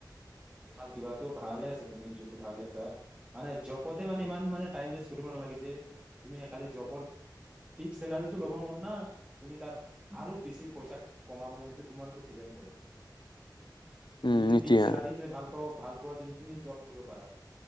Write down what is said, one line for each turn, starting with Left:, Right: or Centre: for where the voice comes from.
Right: ভাল কিবা ভালে আছে তুমি যোনটো ভাবি আছা মানে জবতে মানে ইমান মানে টাইম ৱেষ্ট কৰিব নালাগে যে তুমি খাল জবৰ্ ফক্স চেলাৰীটো ল'ব মন না তুমি তাৰ আৰু বেছি পইচা কমাব ম তোমাৰ ওৰত ডিপেণ্ড কৰে? তুমি
Left: উম
Right: যদি
Left: নিটোৱে
Right: ফিক্স চেলাৰিতে
Left: আৰু
Right: ভাল পা ভাল পোৱা যদি তুমি জব কৰিব পাৰা